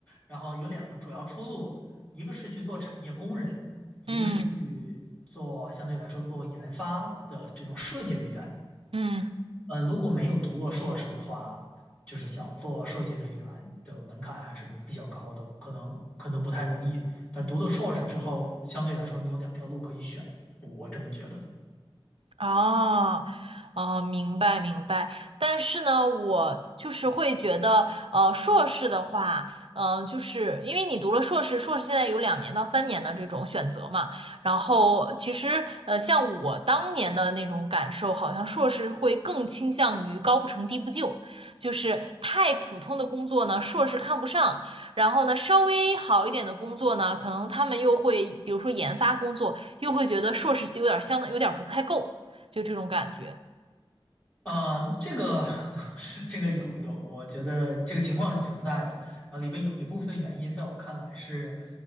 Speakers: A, on the left; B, on the right.
A: 然后有两个主要出路，一个是去做产业工人，一个是去做相对来说做研发的这种设计人员。
B: 嗯嗯。
A: 嗯，呃如果没有读过硕士的话，就是想做设计人员的门槛还是比较高的，可能可能不太容易。但读了硕士之后，相对来说你有两条路可以选，我这么觉得的。
B: 哦，哦，明白明白。但是呢，我就是会觉得，呃，硕士的话，呃，就是因为你读了硕士，硕士现在有两年到三年的这种选择嘛。然后其实，呃，像我当年的那种感受，好像硕士会更倾向于高不成低不就，就是太普通的工作呢，硕士看不上。然后呢，稍微好一点的工作呢，可能他们又会，比如说研发工作，又会觉得硕士系有点儿相当有点儿不太够。就这种感觉。
A: 啊、这个 <laughs> 这个有有，我觉得这个情况是存在的。然后里边有一部分原因，在我看来是